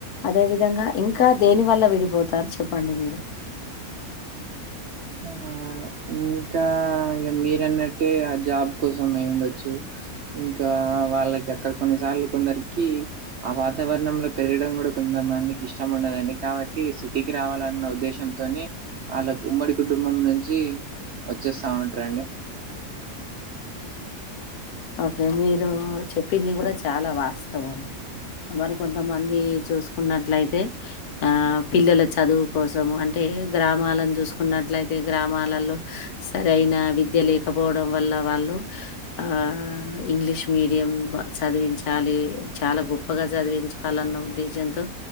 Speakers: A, on the left (about 85°); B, on the right (about 55°).
A: అదే విధంగా ఇంకా దేని వల్ల విడిపోతారు చెప్పండి మీరు
B: ఆ ఇంకా ఇగా మీరన్నట్టే ఆ జాబ్ కోసం అయి ఉండొచ్చు ఇంకా వాళ్ళకి అక్కడ కొన్నిసార్లు కొందరికి ఆ వాతావరణంలో పెరగడం కూడా కొంతమందికి ఇష్టం ఉండదండి కాబట్టి సిటీకి రావాలన్న ఉద్దేశంతోని ఆళ్ళ ఉమ్మడి కుటుంబం నుంచి వచ్చేస్తా ఉంట రండి
A: ఓకే మీరు చెప్పింది కూడా చాలా వాస్తవం మరి కొంతమంది చూసుకున్నట్లయితే ఆ పిల్లల చదువు కోసం అంటే గ్రామాలను చూసుకున్నట్లయితే గ్రామాలలో సరైన విద్య లేకపోవడం వల్ల వాళ్ళు ఆ ఆ ఇంగ్లీష్ మీడియం చదివించాలి చాలా గొప్పగా చదివించాలి లన్న ఉద్దేశంతో